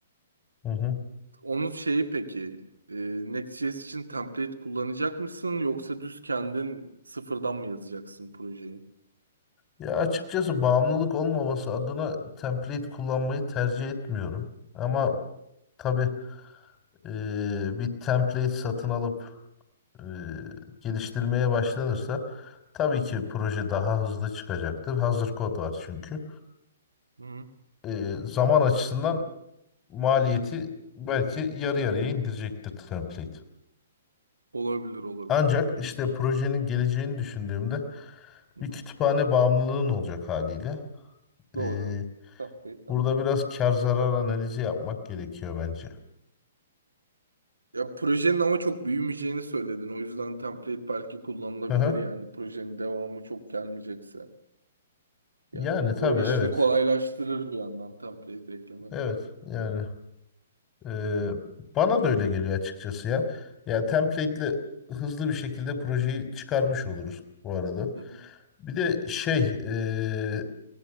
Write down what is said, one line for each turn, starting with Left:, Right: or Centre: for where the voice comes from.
Left: Hı hı.
Right: Evet. Onun şeyi peki e, Next.js için template kullanacak mısın yoksa düz kendin sıfırdan mı yazacaksın projeyi?
Left: Ya açıkçası bağımlılık olmaması adına template kullanmayı tercih etmiyorum. Ama tabii e, bir template satın alıp e, geliştirmeye başlanırsa tabii ki proje daha hızlı çıkacaktır. Hazır kod var çünkü.
Right: Hı hı.
Left: E, zaman açısından maliyeti belki yarı yarıya indirecektir template.
Right: Olabilir olabilir
Left: Ancak
Right: yani.
Left: işte projenin geleceğini düşündüğümde
Right: Hı hı.
Left: bir kütüphane bağımlılığın olacak haliyle.
Right: Doğru.
Left: Ee,
Right: Template'den
Left: burada
Right: kaynaklı.
Left: biraz kar zarar analizi yapmak gerekiyor bence.
Right: Ya projenin ama çok büyümeyeceğini söyledin. O yüzden template belki kullanılabilir
Left: Aha.
Right: yani. Projenin devamı çok gelmeyecekse. Yani
Left: Yani tabii
Right: o işini
Left: evet.
Right: kolaylaştırır bir yandan template eklemek.
Left: Evet yani ee, bana da öyle geliyor açıkçası ya. Ya template'le hızlı bir şekilde projeyi çıkarmış oluruz bu arada.
Right: Hı hı.
Left: Bir de şey ee,